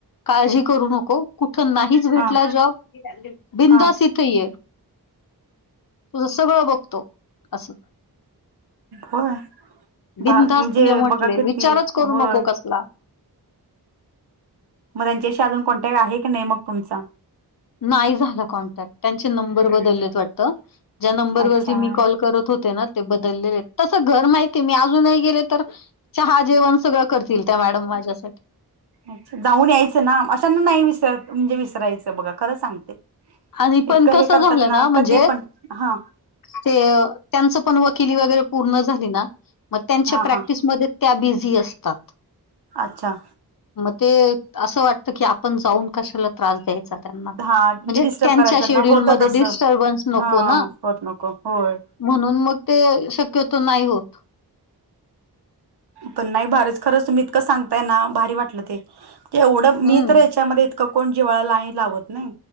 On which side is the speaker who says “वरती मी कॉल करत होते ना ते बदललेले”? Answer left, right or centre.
Left